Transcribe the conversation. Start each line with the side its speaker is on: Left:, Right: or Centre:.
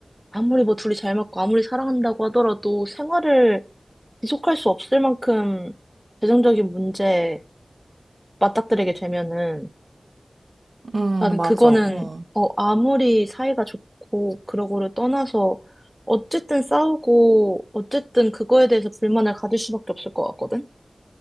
Centre: 아무리 뭐 둘이 잘 맞고 아무리 사랑한다고 하더라도 생활을 지속할 수 없을 만큼 재정적인 문제에 맞닥뜨리게 되면은
Right: 응,
Centre: 나는
Right: 맞아.
Centre: 그거는
Right: 어.
Centre: 어, 아무리 사이가 좋고 그러고를 떠나서 어쨌든 싸우고 어쨌든 그거에 대해서 불만을 가질 수밖에 없을 것 같거든.